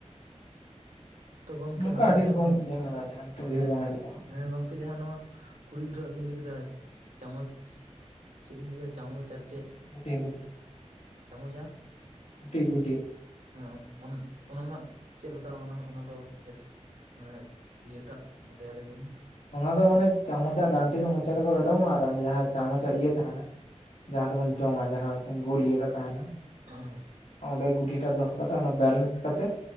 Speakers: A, on the right; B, on the left.
A: ᱛᱚ ᱜᱚᱝᱠᱮ
B: ᱱᱚᱝᱠᱟ
A: ᱱᱚᱣᱟ
B: ᱟᱹᱰᱤ
A: ᱡᱟᱦᱟᱸ
B: ᱨᱚᱠᱚᱢ
A: ᱵᱤᱱ,
B: ᱜᱮ ᱜᱮᱢ ᱢᱮᱱᱟᱜᱼᱟ ᱡᱟᱦᱟᱸ ᱱᱤᱛᱚᱜ
A: ᱦᱮᱸ
B: ᱩᱭᱦᱟᱹᱨ ᱵᱟᱝ ᱦᱤᱡᱩᱜ ᱠᱟᱱᱟ
A: ᱦᱮᱸ ᱜᱚᱝᱠᱮ ᱡᱟᱦᱟᱸ ᱱᱚᱣᱟᱼᱼ ᱠᱩᱲᱤ ᱜᱤᱫᱽᱨᱟᱹᱣᱟᱜ ᱵᱤᱱ ᱞᱟᱹᱭ ᱠᱮᱫᱟ ᱪᱟᱢᱚᱪ, ᱪᱮᱜ ᱵᱤᱱ ᱞᱟᱹᱭ ᱠᱮᱫᱟ ᱪᱟᱢᱚᱪ ᱟᱨ ᱪᱮᱜ?
B: ᱜᱩᱴᱤ ᱜᱩᱴᱤ ᱾
A: ᱪᱟᱢᱚᱪ ᱟᱨᱼᱼ
B: ᱜᱩᱴᱤ ᱜᱩᱴᱤ ᱾
A: ᱦᱮᱸ, ᱚᱱ ᱚᱱᱟ ᱢᱟ ᱪᱮᱫᱞᱮᱠᱟ ᱚᱱᱟ ᱚᱱᱟ ᱫᱚ ᱵᱮᱥ ᱮᱸ ᱤᱭᱟᱹᱴᱟᱜ ᱞᱟᱹᱭᱟᱹᱞᱤᱧ ᱵᱤᱱ ᱾
B: ᱚᱱᱟ ᱫᱚ ᱢᱟᱱᱮ ᱪᱟᱢᱚᱪ ᱟᱨ ᱰᱟᱱᱴᱤ ᱫᱚ ᱢᱚᱪᱟ ᱨᱮᱠᱚ ᱨᱚᱰᱚᱢᱚᱜᱼᱟ ᱟᱨ ᱡᱟᱦᱟᱸᱭ ᱪᱟᱢᱚᱪ ᱟᱨ ᱤᱭᱟᱹ ᱛᱟᱦᱮᱱᱟ ᱾ ᱡᱟᱦᱟᱸ ᱫᱚᱵᱚᱱ ᱡᱚᱝᱟ ᱡᱟᱦᱟᱸᱛᱮ ᱜᱳᱞ ᱤᱭᱟᱨᱟ ᱛᱟᱦᱮᱱᱟ ᱾
A: <inaudible>
B: ᱚᱸᱰᱮ ᱜᱩᱴᱤᱴᱟᱜ ᱫᱚᱦᱚ ᱠᱟᱛᱮ ᱚᱱᱟ ᱵᱮᱞᱮᱱᱥ ᱠᱟᱛᱮ